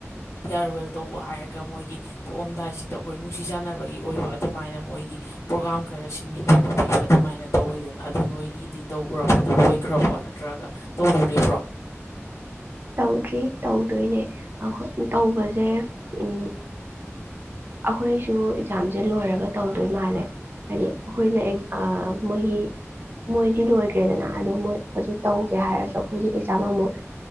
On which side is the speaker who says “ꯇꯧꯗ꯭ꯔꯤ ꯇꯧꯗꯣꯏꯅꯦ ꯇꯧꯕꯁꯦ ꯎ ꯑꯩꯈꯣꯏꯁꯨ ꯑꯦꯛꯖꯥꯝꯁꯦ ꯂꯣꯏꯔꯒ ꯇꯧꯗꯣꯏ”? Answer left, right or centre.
Right